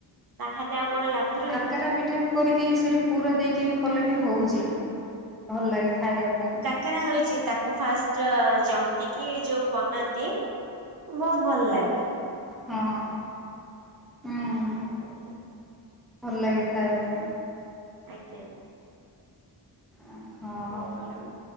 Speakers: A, on the right; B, in the centre.
A: ତାହେଲେ ଆଉ କଣ ଲାଭ ରହିବ।
B: କାକରା ପିଠା ବି କରିକି ସେଠି ପୁର ଦେଇକି ବି କଲେ ବି ହଉଛି। ଭଲ ଲାଗେ ଖାଇବା ପାଇଁ।
A: କେରା ହେଇଛି ତାକୁ ଫାଷ୍ଟ ଜନ୍ତି କିି ଯୋଉ ବନାନ୍ତି ବହୁତ ଭଲ ଲାଗେ।
B: ହଁ ହୁଁ।
A: ଆଚ୍ଛା।
B: ଭଲ ଲାଗେ ଖାଇବା ପାଇଁ।
A: ଆଜ୍ଞା।
B: ଓ ହଁ
A: ହଉ ମ୍ୟାଡ଼ାମ